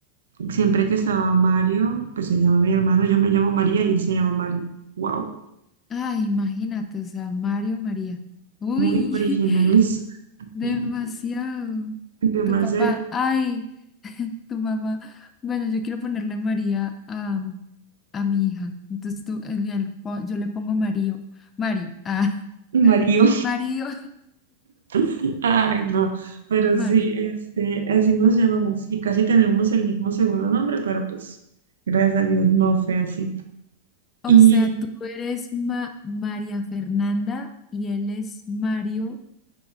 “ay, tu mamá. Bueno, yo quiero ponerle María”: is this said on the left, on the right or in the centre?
Left